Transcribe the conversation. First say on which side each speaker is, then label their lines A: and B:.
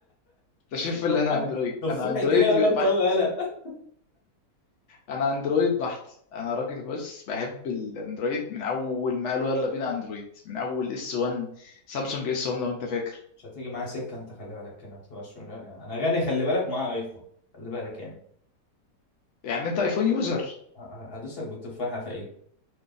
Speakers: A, on the left (about 75°); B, on the left (about 40°).
A: تستشف اللي
B: تفاحة
A: انا اندرويد
B: تفاحة
A: انا اندرويد
B: ايه ولا انت
A: بحت
B: ولا لا،
A: انا اندرويد بحت انا راجل بص بحب الاندرويد من اول ما قالوا يلا بينا اندرويد من اول اس 1 سامسونج اس 1 لو انت فاكر
B: مش هتيجي معايا سكه انت خلي بالك كده ما تبقاش انا أنا غني خلي بالك ومعايا ايفون خلي بالك يعني
A: يعني انت ايفون يوزر
B: ه- ه- هدوسك بالتفاحه في ايه